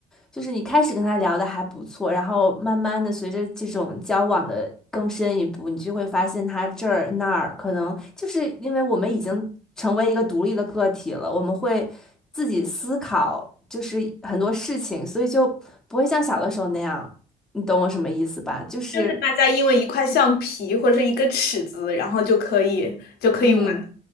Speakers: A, in the centre; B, on the left.
A: 就是你开始跟他聊的还不错，然后慢慢的随着这种交往的更深一步，你就会发现他这儿那儿，可能就是因为我们已经成为一个独立的个体了，我们会自己思考，就是很多事情，所以就不会像小的时候那样，你懂我什么意思吧？就是，
B: 就是大家因为一块橡皮或者一个尺子，然后就可以就可以玩到一
A: 嗯，